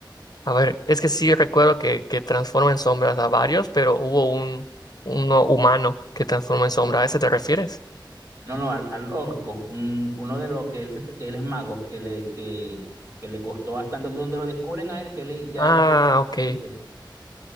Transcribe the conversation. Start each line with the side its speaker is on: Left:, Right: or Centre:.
Left: A ver, es que sí recuerdo que, que transforma en sombras a varios, pero hubo un uno humano que transforma en sombra. ¿A ese te refieres?
Right: No, no, al, al orco, un- uno de los que él, se- que él es mago, que le, que, que le costó bastante, donde lo descubren a él, que él ya
Left: Ah,
Right: es el que-
Left: ok.
Right: el jefe